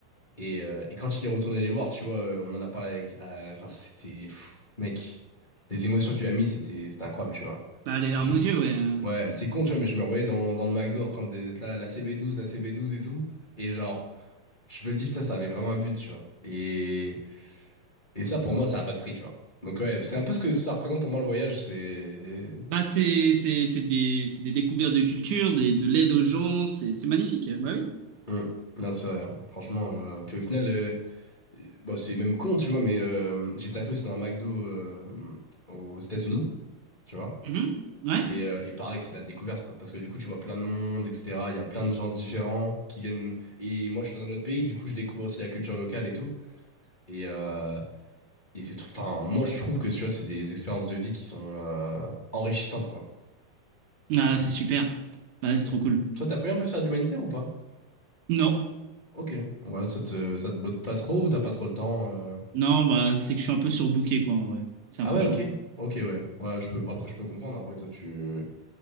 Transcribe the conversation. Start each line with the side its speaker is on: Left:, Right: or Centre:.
Left: Et, euh, et quand il est retourné les voir, tu vois, euh, on en a parlé avec. euh, Enfin, c'était pff, mec, les émotions qu'il a mis, c'était c'était incroyable, tu vois.
Right: Bah, les larmes
Left: Je-
Right: aux yeux, ouais. hein.
Left: Ouais, c'est con, tu vois, mais je me revoyais dans dans le McDo en train de- d'être là, la cb douze, la cb douze et tout, et genre, je me dis putain, ça avait vraiment un but, tu vois. Et et ça, pour moi, ça a pas de prix, tu vois. Donc ouais, c'est un peu ce que ça représente pour moi le voyage, c'est
Right: Bah, c'est c'est- c'est des, c'est des découvertes de culture, des, de l'aide aux gens, c'est c'est magnifique, bah oui.
Left: Mm. Non, c'est vrai, hein. Franchement. euh, Puis au final, euh, euh, bah, c'est même con, tu vois, mais euh, j'ai taffé aussi dans un McDo euh, aux États-Unis, tu vois.
Right: Mhm. Ouais.
Left: Et, euh, et pareil, c'est la découverte, quoi. Parce que du coup, tu vois plein de monde, etc. Il y a plein de gens différents qui viennent. Et moi, je suis dans un autre pays, du coup, je découvre aussi la culture locale et tout. Et, euh, et c'est tout. Enfin, moi, je trouve que, tu vois, c'est des expériences de vie qui sont euh, enrichissantes, quoi.
Right: Ah, c'est super. Bah, c'est
Left: Et
Right: trop cool.
Left: toi, t'as prévu un peu de faire de l'humanitaire ou pas?
Right: Non.
Left: Ok. Ouais, ça te, ça te botte pas trop ou t'as pas trop le temps? euh
Right: Non, bah, c'est que je suis un peu surbooké, quoi, en vrai. C'est un
Left: Ah
Right: peu
Left: ouais,
Right: chaud.
Left: ok. Ok, ouais. Ouais, je peux. bah, après, je peux comprendre. Après, toi, tu.